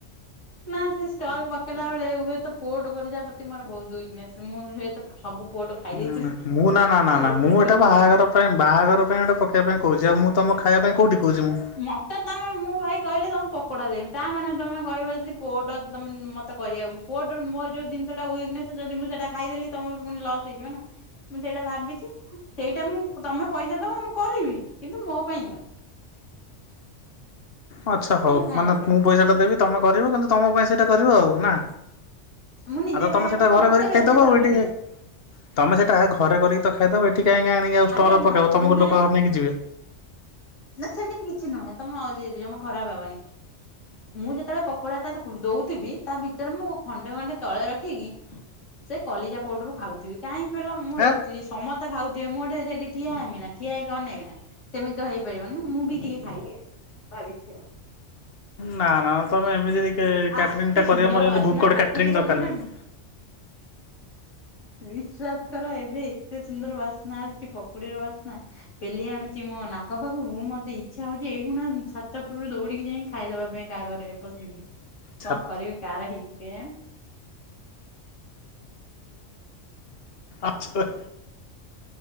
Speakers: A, on the left; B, on the left.
A: ନା ସେ ଷ୍ଟଲ୍ ପକେଇଲା ବେଳେ ହୁଏତ ପୋର୍ଟ କଲିଜା ପ୍ରତି ମୋର ବହୁତ ୱିକ୍ ନେସ୍ ମୁଁ ହୁଏତ ସବୁ ପୋଟ ଖାଇ ଦେଇଥିବି
B: ନା ନା ମୁଁ ନା ନା ନା
A: ଖାଲି
B: ନା ମୁଁ
A: ପଡିଥିବ
B: ଏଟା
A: କଲି
B: ବାହାଘର ପାଇଁ ବାହାଘର ପାଇଁ ଗୋଟେ ପକେଇବା ପାଇଁ କହୁଛି ଆଉ ମୁଁ ତମ ଖାଇବା ପାଇଁ କେଉଁଠି କହୁଛି ମୁଁ।?
A: ମତେ ତମେ ମୁଁ ଭାଇ କହିଲି ତମ ପକଡା ଦେମି ତା ମାନେ ତମେ କହିବ ଯଦି ପୋର୍ଟ ତମେ ମତେ କରିବାକୁ। ପୋର୍ଟ ମୋର ଯଉ ଜିନିଷ ଟା ଉଇକ୍ ନେସ୍ ଯଦି ମୁଁ ସେଟା ଖାଇଦେଲି ତମର ପୁଣି ଲସ୍ ହେଇଯିବ ନା? ମୁଁ ସେଇଟା ଭାବିଛି ସେଇଟା ମୁଁ ତମେ ପଇସା ଦବ ମୁଁ କରିବି କିନ୍ତୁ ମୋ ପାଇଁ ଆଉ।
B: ଆଚ୍ଛା ହଉ
A: ମୁଁ ଖାଇବା
B: ମାନେ
A: ପାଇଁ
B: ମୁଁ ପଇସାଟା ଦେବି ତମେ କରିବ କିନ୍ତୁ ତମ ପାଇଁ ସେଇଟା କରିବ ଆଉ ନା?
A: ମୁଁ ନିଜେ
B: ଆଉ ତ
A: ଖାଇବା
B: ତମେ ସେଟା
A: ପାଇଁ
B: ଘରେ
A: ମତେ
B: କରି
A: ବେଶୀ
B: ଖାଇଦବ
A: ଦରକାର
B: ଆଉ ଏଇଟି
A: ନାହିଁ
B: କା ତମେ ସେଟା ଘରେ କରିକି ତ ଖାଇଦବ ଏଠି କାଇଁକି ଆଣିକି ଆଉ
A: ଆରେ
B: ଷ୍ଟଲ୍ ରେ
A: ନା
B: ପକେଇବ ତମକୁ
A: ନା
B: ଲୋକ ଅନେଇକି ଯିବେ।
A: ନା ସେମିତି କିଛି ନୁହେଁ ତମେ ଅଜେଇ ଖରାପ ଭାବନି। ମୁଁ ଯେତେବେଳେ ପକଡା ଟା ଦଉଥିବି ତା ଭିତରେ ମୁଁ ଖଣ୍ଡେ ଖଣ୍ଡେ ତଳେ ରଖିକି ସେ କଲିଜା ପୋର୍ଟରୁ ଖାଉଥିବ କାହିଁ କହିଲ ମୁଁ
B: ହେ।
A: ଏତିି ସମସ୍ତେ ଖାଉଥିବେ ମୁଁ ଗୋଟେ ସେଠି ଠିଆ ହେବିନା ଠିଆ ହେଇକି ଅନେଇବି ନା ସେମିତି ତ ହେଇପା ପାରିବ ନା ମୁଁ ବି ଟିକେ ଖାଇବି ଭାବିଛି ଆଉ।
B: ନା ନା ନା ତମେ ଏମିତି ଆଁ କ୍ୟାଟରିଙ୍ଗ
A: ଆଃ କି
B: ଟା କରିବ
A: ସୁନ୍ଦର
B: ମୋର ସେଠୀ
A: ବାସ୍ନା
B: ଭୁକଡ
A: ପକୁଡିର
B: କ୍ୟାଟରିଙ୍ଗ ଦରକାର
A: ମାନେ
B: ନାଇଁ।
A: ବିଶ୍ୱାସ କର ଏବେ ଏତେ ସୁନ୍ଦର ବାସ୍ନା ଆସୁଛି ପକୁଡିର ବାସ୍ନା। ପେଲି ଆଣୁଛି ମୋ ନାକ ପାଖକୁ ମତେ ଇଚ୍ଛା ହଉଛି ଏଗୁଣା ଛାତଉପରୁ ଦୌଡିକି ଯାଇଁକି ଖାଇଦବା ପାଇଁ କାହା ଘରେ ପଶିକି
B: ଛାତ
A: କଣ କରିବି କାହାର ହେଇଛି କେଜାଣି।
B: ଆଛ।